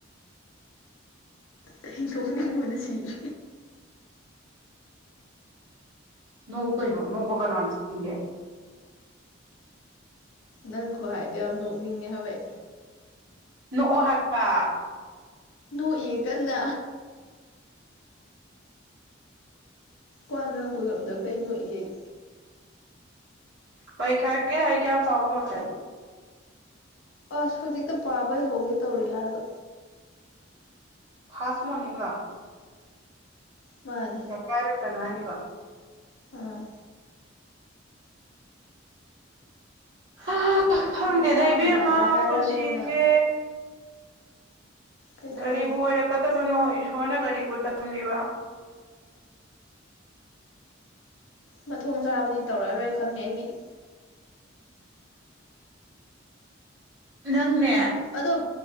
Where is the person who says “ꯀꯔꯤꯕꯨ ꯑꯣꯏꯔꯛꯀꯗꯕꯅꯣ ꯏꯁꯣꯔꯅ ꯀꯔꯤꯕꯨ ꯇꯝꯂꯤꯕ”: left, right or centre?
Right